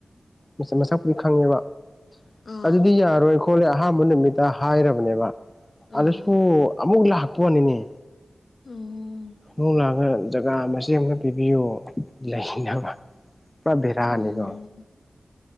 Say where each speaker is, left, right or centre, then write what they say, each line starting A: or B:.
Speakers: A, on the left; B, on the left.
A: ꯃꯁꯛ ꯃꯁꯛꯄꯨꯗꯤ ꯈꯪꯉꯦꯕ
B: ꯑꯥ
A: ꯑꯗꯨꯗꯤ ꯌꯥꯔꯣꯏ ꯈꯣꯠꯂꯦ ꯑꯍꯥꯟꯕ ꯅꯨꯃꯤꯠꯇ ꯍꯥꯏꯔꯕꯅꯦꯕ
B: ꯑꯥ
A: ꯑꯗꯨꯁꯨ ꯑꯃꯨꯛ ꯂꯥꯛꯄ ꯋꯥꯅꯤꯅꯦ
B: ꯎꯝ
A: ꯃꯨꯡ ꯂꯥꯛꯑꯒ ꯖꯒꯥ ꯃꯆꯦꯠ ꯑꯃꯇ ꯄꯤꯕꯤꯌꯨ ꯂꯩꯅꯕ ꯄꯨꯔꯥ ꯕꯦꯔꯥꯅꯤꯀꯣ
B: ꯑꯣ